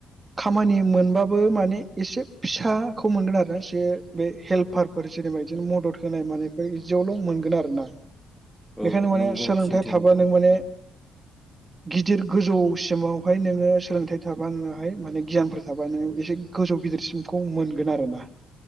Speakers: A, on the right; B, in the centre.
A: खामानि मोनबाबो माने एसे फिसाखौ मोनगोन आरो एसे बे हेल्पारफोर जेनेबा बिदिनो मदद होनाय मानायफोर बिदियावल' मोनगोन आरो ना।
B: औ
A: बेखायनो माने
B: नंगौ
A: सोलोंथाइ
B: सैथो
A: थाबा
B: नोंथां
A: नों माने गिदिर गोजौसिमावहाय नोङो सोलोंथाइ थाबा नोङोहाय माने गियानफोर थाबा नोङो एसे गोजौ गिदिरसिमखौ मोनगोन आरो ना।